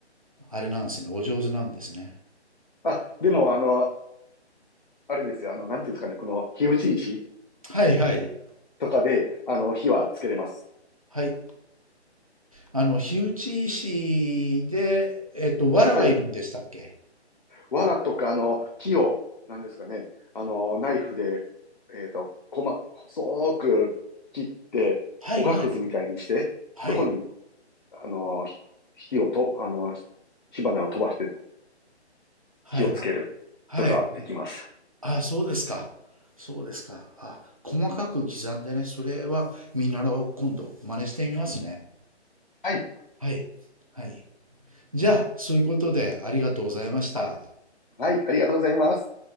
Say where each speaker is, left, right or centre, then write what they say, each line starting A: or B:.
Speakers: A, on the right; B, on the left.
A: あれなんですね。お上手なんですね。
B: あ、でも、あの、あれですよ。あの、なんていうんですかね。この、火打ち石。
A: はいはい。
B: とかで、あの、火はつけれます。
A: はい。あの、火打ち石で、えっと、藁がいるんでしたっけ
B: はい。藁とか、あの、木を、なんですかね、あの、ナイフで、えっと、細、細く切って、
A: はいはい。
B: おがくずみたいにして、
A: はい。
B: そこに、あの、ひ火をと、あの、火花を飛ばして
A: はい。
B: 火をつけるとかできます。
A: はい。あ、そうですか。そうですか。あ、細かく刻んでね、それは見習おう。今度、真似してみますね。
B: はい。
A: はい。はい。じゃあ、そういうことでありがとうございました。
B: あはい。ありがとうございます。